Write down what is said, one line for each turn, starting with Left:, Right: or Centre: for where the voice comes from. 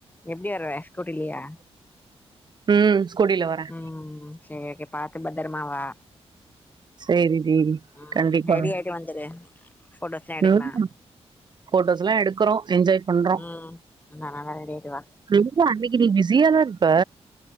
Left: எப்டி வருவ ஸ்கூட்டிலயா
Right: ம் ஸ்கூட்டில வரேன்
Left: ம் சேரி பாத்து பத்திரமாவா
Right: சேரி டி
Left: ம்
Right: கண்டிப்பா
Left: ரெடி ஆயிட்டு வந்துரு போட்டோஸ்லா எடுக்கலா
Right: ம் போட்டோஸ்லாம் எடுக்குறோம் என்ஜாய் பண்றோம்
Left: ம் நா நல்லா ரெடி ஆயிட்டு வா
Right: எங்க அன்னைக்கு நீ பிஸியாதான் இருப்ப